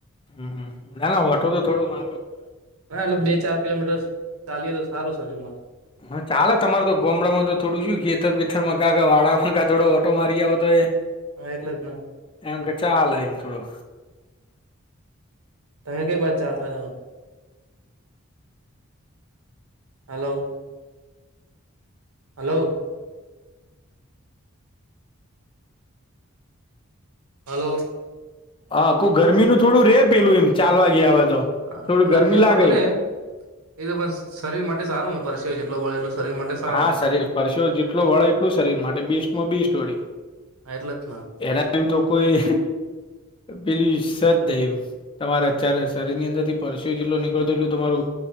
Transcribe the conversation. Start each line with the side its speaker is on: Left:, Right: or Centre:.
Left: હમ હમ ના ના ઓટો તો થોડો મારવો જ પડે
Right: ના એટલે બે ચાર કિલોમીટર ચાલીએ તો સારું શરીર માટે.
Left: હા ચાલે. તમાર તો ગોમડામાં તો થોડું શું ખેતર બેતરમાં કાંક વાળામાં કા થોડો ઓટો મારી આવે તોય
Right: હા એટલે જ ના.
Left: એમ કે ચાલે એમ થોડો.
Right: તમે કઈ બાજુ ચાલતા જોહો? હલો હલો હલો
Left: હા કહું ગરમીનું થોડું રે પેલું એમ ચાલવા ગયા હોય તો.
Right: હા
Left: થોડું ગરમી
Right: ગરમીમાં
Left: લાગે
Right: થોડું
Left: એમ
Right: રે એતો પણ શરીર માટે સારું પરશેવો જેટલો વળે એટલું. શરીર માટે સારું
Left: હા શરીર પરસેવો જેટલો વળે એટલું શરીર માટે બેસ્ટ માં બેસ્ટ વળી.
Right: હા એટલે જ ના
Left: એનામાં તો કોઈ પેલી સેજ નહીં એમ. તમારે અત્યારે શરીરની અંદરથી પરસેવો જેટલો નીકળતો એટલું તમારું